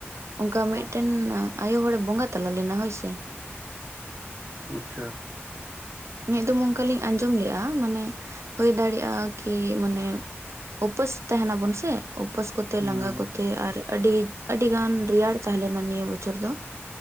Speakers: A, on the right (about 85°); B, on the right (about 60°).
A: ᱚᱱᱠᱟ ᱢᱤᱫᱴᱮᱱ ᱟᱭᱳ ᱦᱚᱲᱮ ᱵᱚᱸᱜᱟ ᱛᱟᱞᱟ ᱞᱮᱱᱟ ᱦᱳᱭᱥᱮ?
B: ᱟᱪᱪᱷᱟ ᱾
A: ᱢᱤᱫ ᱫᱷᱚᱢ ᱚᱱᱠᱟ ᱞᱤᱧ ᱟᱸᱡᱚᱢ ᱞᱮᱜᱼᱟ ᱢᱟᱱᱮ ᱦᱩᱭ ᱫᱟᱲᱮᱭᱟᱜᱼᱟ ᱠᱤ ᱢᱟᱱᱮ ᱼᱼ ᱩᱯᱟᱹᱥ ᱛᱟᱦᱮᱱᱟᱵᱚᱱ ᱥᱮ ᱩᱯᱟᱹᱥ ᱠᱚᱛᱮ
B: ᱦᱩᱸ
A: ᱞᱟᱸᱜᱟ ᱠᱚᱛᱮ ᱟᱨ ᱼᱼ ᱟᱹᱰᱤ ᱟᱹᱰᱤ ᱜᱟᱱ ᱨᱮᱭᱟᱲ ᱛᱟᱦᱮᱸ ᱞᱮᱱᱟ ᱱᱤᱭᱟᱹ ᱵᱚᱪᱷᱚᱨ ᱫᱚ ᱾